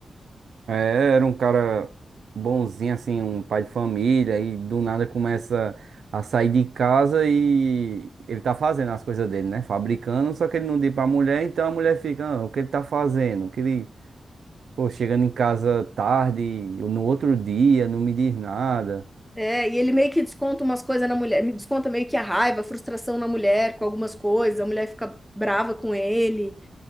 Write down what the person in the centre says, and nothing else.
É, e ele meio que desconta umas coisas na mulher, me desconta meio que a raiva, a frustração na mulher com algumas coisas, a mulher fica brava com ele.